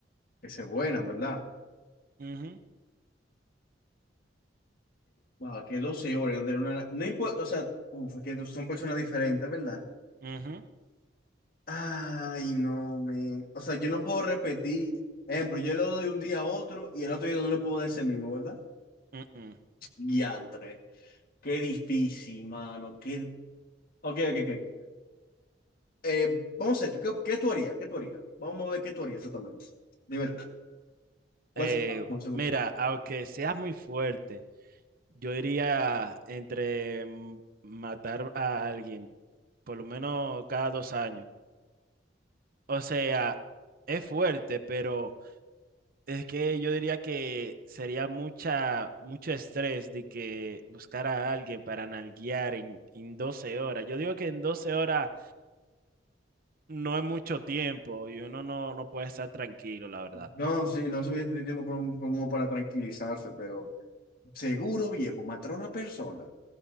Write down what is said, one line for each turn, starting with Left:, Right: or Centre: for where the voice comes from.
Left: que se vuelan, ¿verdad?
Right: Ujú,
Left: Wow, que 12 horas, de una, no importa, o sea, uf, que no son personas diferentes, ¿verdad?
Right: ujú,
Left: Ay, no, me, o sea, yo no puedo repetir, ejemplo, yo le doy un día a otro y el otro día no le puedo dar ese mismo, ¿verdad?
Right: ujú.
Left: Diantre, qué difícil, mano, qué... Ok, ok, ok. Eh, vamos a esto. ¿Qué, qué tú harías? ¿Qué tú harías? Vamos a ver qué tú harías exactamente. Dime tú. ¿Cuál
Right: Eh,
Left: será la mejor según
Right: mira,
Left: tú?
Right: aunque seas muy fuerte, yo iría entre mm, matar a alguien, por lo menos cada dos años. O sea, es fuerte, pero es que yo diría que sería mucha, mucho estrés de que buscar a alguien para nalguear en, en 12 horas. Yo digo que en 12 horas no es mucho tiempo y uno no, no puede estar tranquilo, la verdad.
Left: No, sí, no suficiente tiempo para, un- como para tranquilizarse, pero seguro, viejo, matar a una persona.